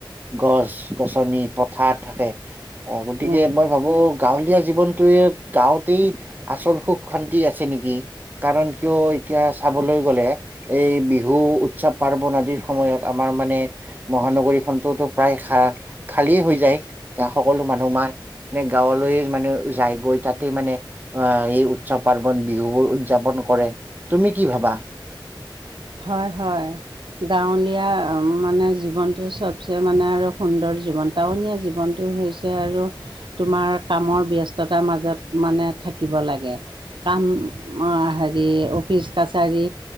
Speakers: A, on the right (about 20°); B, on the right (about 70°).
A: গছ গছনি, পথাৰ থাকে। অ'! গতিকে,
B: উম।
A: মই ভাবোঁ! গাঁৱলীয়া জীৱনতোৱে, গাঁৱতেই আচল সুখ শান্তি আছে, নেকি! কাৰণ, কিয় এতিয়া, চাবলৈ গ'লে, এই বিহু, উৎসৱ-পাৰ্বন আদিৰ সময়ত, আমাৰ মানে, মহানগৰীখনতোতো প্ৰায়, খা খালী হৈ যায়। ত' সকলো মানুহ আমাৰ এই, গাঁৱলৈয়ে মানে, যায় গৈ। তাতে, মানে আঁ এই, উৎসৱ -পাৰ্বন, বিহুবোৰ উদযাপন কৰে। তুমি কি ভাবা?
B: হয়, হয়। গাঁৱলীয়া মানে, জীৱনটো চবচে মানে আৰু সুন্দৰ জীৱন। টাউনীয়া জীৱনটো হৈছে, আৰু তোমাৰ, কামৰ ব্যস্ততাৰ মাজত মানে, থাকিব লাগে। কাম, হেৰি অফিচ-কাছাৰী,